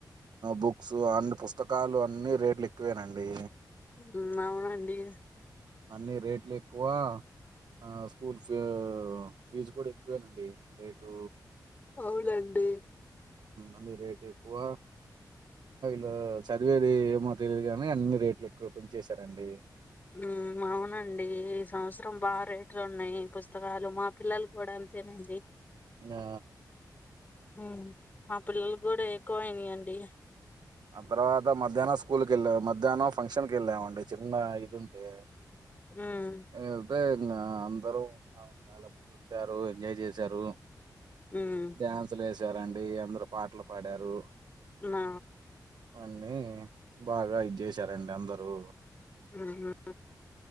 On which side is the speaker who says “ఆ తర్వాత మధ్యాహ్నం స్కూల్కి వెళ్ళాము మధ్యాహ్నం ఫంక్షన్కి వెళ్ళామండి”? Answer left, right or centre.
Right